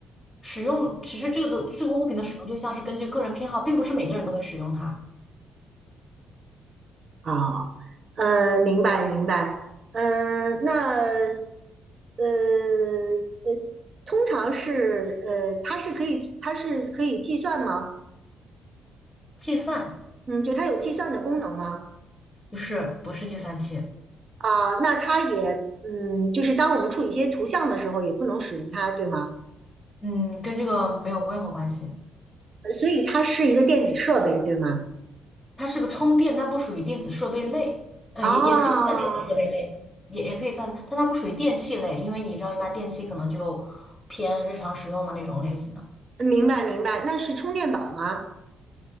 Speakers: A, on the left; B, on the right.
A: 使用其实这个的这个物品的使用对象是根据个人偏好，并不是每个人都会使用它。
B: 哦，呃，明白明白，呃，那呃呃，通常是呃，它是可以它是可以计算吗？
A: 计算
B: 嗯，就它有计算的功能吗？
A: 不是不是计算器，
B: 啊，那它也嗯，就是当我们处理一些图像的时候，也不能使用它，对吗？
A: 嗯，跟这个没有任何关系。
B: 所以它是一个电子设备，对吗？
A: 它是个充电，它不属于电子设备类，嗯，
B: 哦，
A: 也也可以算电子设备类，也也可以算，但它不属于电器类，因为你知道一般电器可能就偏日常使用嘛那种类型的。
B: 明白明白，那是充电宝吗？